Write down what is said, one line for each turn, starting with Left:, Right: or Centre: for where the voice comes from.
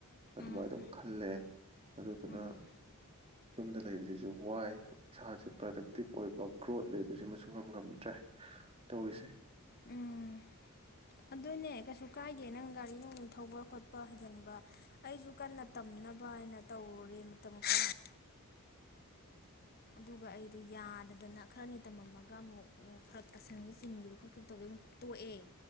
Right: ꯑꯗꯨꯃꯥꯏ
Left: ꯎꯝ
Right: ꯑꯗꯨꯝ ꯈꯜꯂꯦ ꯑꯗꯨꯗꯨꯅ
Left: ꯎꯝ
Right: ꯌꯨꯝꯗ ꯂꯩꯕꯁꯤꯁꯨ ꯋꯥꯏ ꯏꯁꯥꯁꯦ ꯄ꯭ꯔꯗꯛꯇꯤꯞ ꯑꯣꯏꯕ ꯒ꯭ꯔꯣꯠ ꯂꯩꯕꯁꯤꯃꯁꯨ ꯉꯝ ꯉꯝꯗ꯭ꯔꯦ ꯇꯧꯔꯤꯁꯦ꯫
Left: ꯎꯝ ꯑꯗꯨꯅꯦ ꯀꯩꯁꯨ ꯀꯥꯏꯗꯦ ꯅꯪ ꯒꯥꯔꯤ ꯅꯨꯡ ꯊꯧꯕ ꯈꯣꯠꯄ ꯍꯩꯖꯤꯟꯕ ꯑꯩꯁꯨ ꯀꯟꯅ ꯇꯝꯅꯕ ꯍꯥꯏꯅ ꯇꯧꯔꯨꯔꯦ ꯃꯇꯝ ꯈꯔ꯫ ꯑꯗꯨꯒ ꯑꯩꯗꯨ ꯌꯥꯗꯗꯅ ꯈꯔꯅꯤ ꯇꯝꯃꯝꯃꯒ ꯑꯃꯨꯛ ꯐꯔꯛ ꯇꯥꯁꯟꯒ ꯆꯤꯟꯒꯤꯕ ꯈꯣꯠꯈꯤꯕ ꯇꯧꯕꯩ ꯑꯃꯨꯛ ꯇꯣꯛꯑꯦ